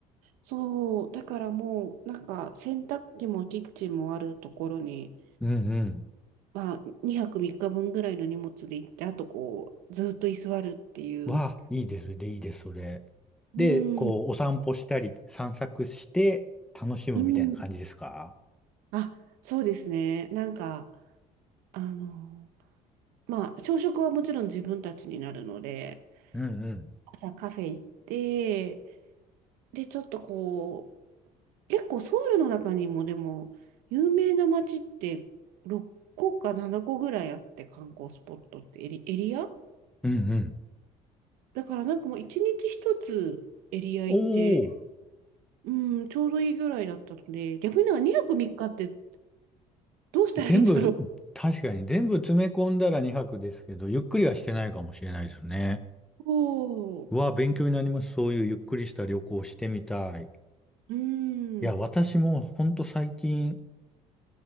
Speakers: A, on the right (about 85°); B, in the centre.
A: そう、だからもう、なんか洗濯機もキッチンもあるところに、
B: うんうん。
A: まあ、2泊3日分ぐらいの荷物で行って、あとこう、ずっと居座るっていう。
B: わあ、いいですね。で、いいです、それ。
A: うん、
B: で、こう、お散歩したり、散策して、楽しむみたいな感じですか
A: うん。あ、そうですね。なんか、あの、まあ、朝食はもちろん自分たちになるので、
B: うんうん。
A: 朝カフェ行って、で、ちょっとこう、結構ソウルの中にもでも、有名な街って6個か7個ぐらいあって、観光スポットってエリ、エリア
B: うんうん。
A: だからなんかもう1日1つエリア行って、
B: おー、
A: うん、ちょうどいいぐらいだったので、逆になんか2泊3日っかってどうしたらいいんだろう。
B: 全部、
A: <laughs>
B: 確かに全部詰め込んだら2泊ですけど、ゆっくりはしてないかもしれないですね。
A: そ
B: うわ、勉強になります。そういうゆっくりした旅行をしてみたい。い
A: う、う
B: や、
A: ん、
B: 私もほんと最近